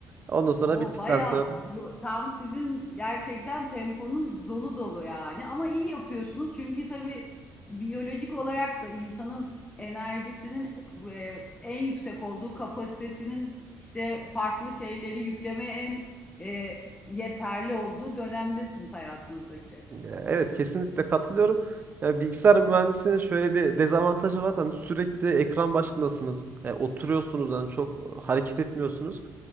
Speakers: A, on the right; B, on the left.
A: Ondan sonra
B: O
A: bittikten
B: bayağı
A: sonra
B: yo- tam sizin gerçekten temponuz dolu dolu yani ama iyi yapıyorsunuz çünkü tabii biyolojik olarak da insanın enerjisinin e, en yüksek olduğu kapasitesinin işte farklı şeyleri yüklemeye en e, yeterli olduğu dönemdesiniz hayatınızdaki.
A: Ya Evet kesinlikle katılıyorum. Ya bilgisayar mühendisliğinin şöyle bir dezavantajı var. Hani sürekli ekran başındasınız. e, oturuyorsunuz hani çok e, hareket etmiyorsunuz.